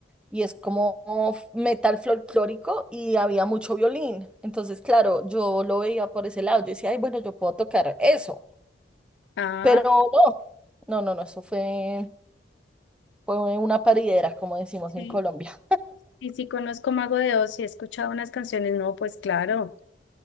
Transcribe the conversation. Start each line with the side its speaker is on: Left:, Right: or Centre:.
Centre: y es como f- metal folclórico y había mucho violín. Entonces, claro, yo lo veía por ese lado. Yo decía, ay, bueno, yo puedo tocar eso.
Left: Ah.
Centre: Pero no, no, no, no, eso fue, fue una paridera, como decimos
Left: Sí,
Centre: en Colombia.
Left: Y sí conozco Mago de Oz y he escuchado unas canciones, no, pues claro.